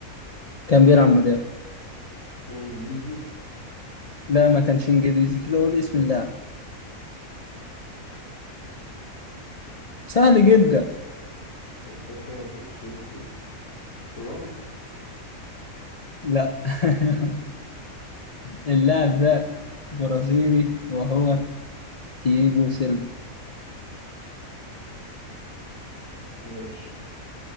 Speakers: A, on the left; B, on the left.
A: كان بيلعب مدافع
B: هو انجليزي
A: لا ما كانش إنجليزي كده قول اسم اللاعب سهل جدا
B: مدافع في تشيلسي ترام
A: لا <laughs> اللاعب ده برازيلي وهو تييجو سيلفا
B: ماشي